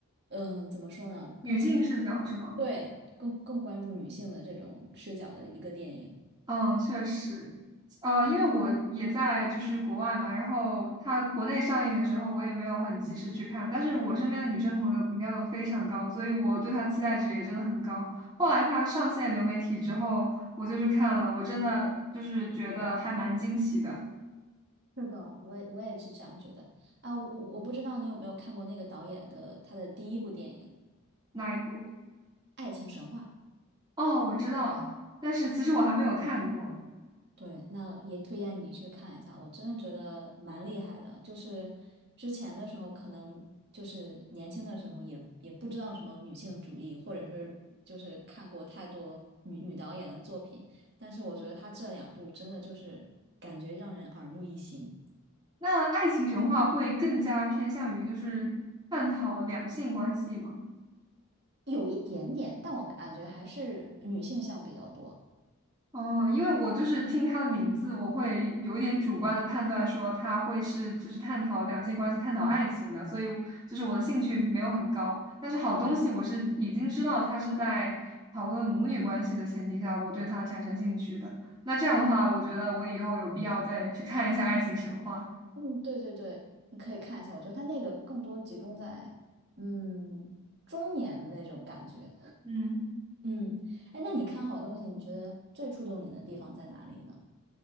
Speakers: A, on the right; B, on the right.
A: 嗯，怎么说呢，
B: 女性视角，
A: 更倾向
B: 是吗？
A: 对更更关注女性的这种视角的一个电影。
B: 嗯，确实。呃，因为我也在就是国外嘛，然后它国内上映的时候，我也没有很及时去看，但是我身边的女生朋友评价都非常高，所以我对它期待值也真的很高。后来它上线流媒体之后，我就去看了，我真的就是觉得还蛮惊喜的
A: 是的，我也我也是这样觉得啊，我我不知道你有没有看过那个导演的他的第一部电影
B: 那一部。
A: 《爱情神话》。
B: 哦，我知道了，但是其实我还没有看过。
A: 对，那也推荐你去看一下，我真的觉得蛮厉害的。就是之前的时候，可能就是年轻的时候也也不知道什么女性主义，或者是就是看过太多女女导演的作品，但是我觉得她这两部真的就是感觉让人耳目一新，
B: 那爱情神话会更加偏向于就是探讨两性关系吗？
A: 有一点点，但我感觉还是女性向比较多。
B: 哦，因为我就是听它的名字，我会有一点主观的判断说它会是就是探讨两性关系、探讨爱情的，所以就是我的兴趣没有很高。但是好东西我是已经知道它是在讨论母女关系的前提下，我对它产生兴趣的。那这样的话，我觉得我以后有必要再去看一下《爱情神话》。
A: 嗯，对对对，你可以看一下，我觉得她那个更多集中在嗯中年的那种感觉。
B: 嗯。
A: 嗯，哎，那你看好东西，你觉得最触动你的地方在哪里呢？